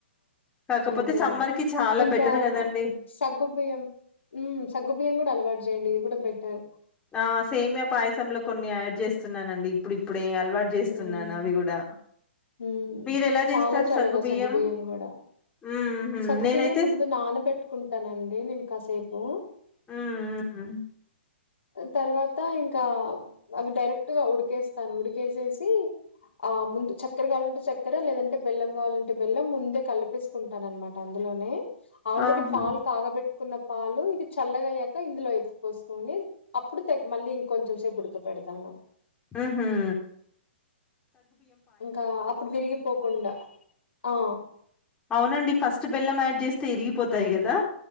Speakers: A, on the left; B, on the left.
A: కాకపోతే
B: అదే
A: సమ్మర్
B: అదే
A: కి చాలా
B: ఇంకా
A: బెటర్ కదండి
B: సగ్గుబియ్యం హ్మ్ సగ్గుబియ్యం కూడా అలవాటు చేయండి ఇది కూడా బెటర్
A: ఆ సేమియ పాయసంలో కొన్ని యా చేస్తున్నానండి ఇప్పుడు ఇప్పుడే అలవాటు చే
B: హ్మ్
A: తున్నాను అవి కూడా
B: హ్మ్
A: మీరు ఎలా చేస్తారు
B: చాలా చలువ
A: సగ్గు బియ్యం
B: సగ్గుబియ్యం కూడా
A: ఉహు
B: సగ్గుబియ్యం
A: నేనైతే
B: ముందు నానబెట్టుకుంటానండి నేను కాసేపు
A: ఉమ్ ఊ ఉ
B: తర్వాత ఇంకా అవి డైరెక్ట్ గా ఉడికేస్తాను, ఉడికేసేసి ఆ ముందు చక్కెర కావాలంటే చక్కెర లేదంటే బెల్లం కావాలంటే బెల్లం ముందే కలిపేసుకున్ టానమాట అందులోనే ఆల్రెడీ
A: ఆహా
B: పాల్ కాగబెట్ కున్న పాలు ఇది చల్లగాయ్యాక ఇందులో ఎత్తి పోసుకొని, అప్పుడు తెగ్ మళ్ళీ ఇంకొంచెం సేపు ఉడకపె పెడతాన
A: ఉహూ
B: ఇంకా అప్పుడు విరిగిపోకుండా ఆ
A: అవునండి ఫస్ట్ బెల్లం యాడ్ చేస్తే ఇరిగిపోతాయి కదా